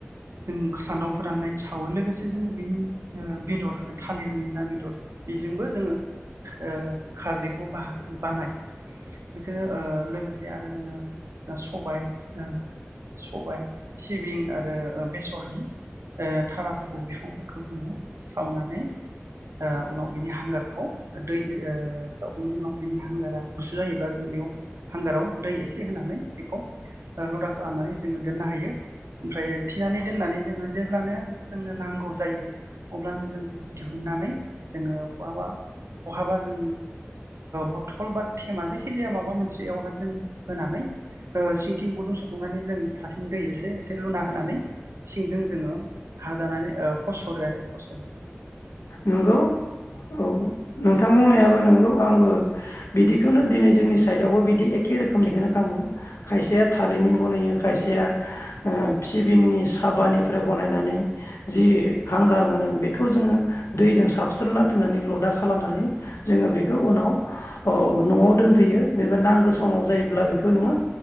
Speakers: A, on the right; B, on the left.
A: जों सान्दुं फोराननानै सावो लोगोसे जों बिनि ओ बेदर थालिरनि जा बेदर बेजोंबो जोङो ओ खारदैखौ ब बानाय बेखौनो ओ लोगोसे आरो जोङो सबाय ओ सबाय सिबिं आरो बेसरनि ओ थाराफोरखौ बिफांफोरखौ जोङो सावनानै ओ उनाव बिनि हांगारखौ दै ओ सावखांनायनि उनाव बिनि हांगारा गुसु जायोब्ला जों बेयाव हांगाराव दै एसे होनानै बेखौ लदा खालामनानै जोङो दोननो हायो ओमफ्राय थिनानै दोननानै जोङो जेब्लानो जोंनो नांगौ जायो अब्लानो जों बेखौ दिहुननानै जोङो माबा बहाबा-बहाबा जों बथल बा, जेखि जाया माबा मोनसेयावहा जों होनानै सिंथिं गुदुं सफुंनानै जों साथिं दै एसे एसे लुना होनानै सिंजों जोङो हाजानानै फसरो आरो फस
B: नंगौ औ नोंथां बुंनायाबो नोंगौ आंबो बिदिखौनो दिनै जोंनि साइडआवबो बिदि एखे रोखोमनिखौनो खामो खायसेया थालिरनि बनायो खायसेया ओ सिबिंनि साबानिफ्राय बनायनानै जि हांगार मोनो बे बेखौ जोङो दैजों साबस्रना दोननानै लदा खालामनानै जोङो बेखौ उनाव ओ न'आव दोनफैयो बेबा नांगौ समाव जायोब्ला बेखौ नोङो